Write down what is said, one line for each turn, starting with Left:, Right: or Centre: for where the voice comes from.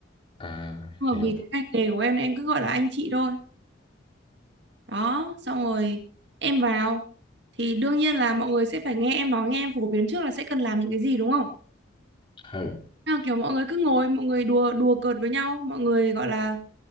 Left: à
Right: nhưng mà
Left: hiểu
Right: vì cái ngành nghề của em em cứ gọi là anh chị thôi đó xong rồi em vào thì đương nhiên là mọi người sẽ phải nghe em nói nghe em phổ biến trước là sẽ cần làm những cái gì đúng không
Left: ừ
Right: nào kiểu mọi người cứ ngồi mọi người đùa đùa cợt với nhau mọi người gọi là